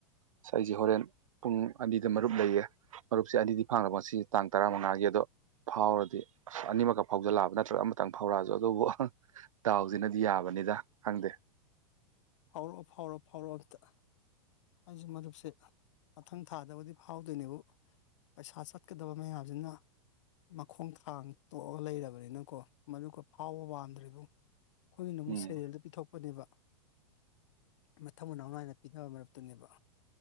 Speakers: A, on the right; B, on the left.
A: ꯑꯁ ꯑꯩꯖꯦ ꯍꯣꯔꯦꯟ ꯄꯨꯡ ꯑꯅꯤꯗ ꯃꯔꯨꯞ ꯂꯩꯌꯦ ꯃꯔꯨꯞꯁꯦ ꯑꯅꯤꯗꯤ <unintelligible> ꯉꯁꯤ ꯇꯥꯡ ꯇꯔꯥꯃꯉꯥꯒꯤ ꯑꯗꯨ ꯐꯥꯎꯔꯗꯤ ꯑꯁ ꯑꯅꯤꯃꯛꯀ ꯐꯥꯎꯖꯤꯜꯂꯛꯑꯕ ꯅꯠꯇ꯭ꯔꯒ ꯑꯃꯇꯪ ꯐꯥꯎꯔꯛꯑꯁꯨ ꯑꯗꯨꯕꯨ ꯗꯥꯥꯎꯖꯤꯅꯗꯤ ꯌꯥꯕꯅꯤꯗ ꯈꯪꯗꯦ
B: ꯐꯥꯎꯔꯛꯑꯣ ꯐꯥꯎꯔꯣ ꯐꯥꯎꯔꯛꯑꯣ ꯑꯝꯇ ꯑꯩꯁꯦ ꯃꯔꯨꯞꯁꯦ ꯃꯊꯪ ꯊꯥꯗꯕꯨꯗꯤ ꯐꯥꯎꯗꯣꯏꯅꯦꯕꯨ ꯄꯩꯁꯥ ꯆꯠꯀꯗꯕ ꯃꯌꯥꯝꯖꯤꯅ ꯃꯈꯣꯡ ꯊꯥꯡꯇꯣꯛꯑꯒ ꯂꯩꯔꯕꯅꯤꯅꯀꯣ ꯃꯔꯨꯞꯀ ꯐꯥꯎꯕ ꯄꯥꯝꯗ꯭ꯔꯦ ꯏꯕꯨꯡ ꯑꯩꯈꯣꯏꯒꯤꯅ ꯑꯃꯨꯛ
A: ꯎꯝ
B: ꯁꯦꯔꯦꯜꯗ ꯄꯤꯊꯣꯛꯄꯅꯦꯕ ꯃꯊꯪ ꯃꯅꯥꯎ ꯅꯥꯏꯅ ꯄꯤꯗꯕ ꯃꯔꯨꯞ ꯇꯨꯅꯦꯕ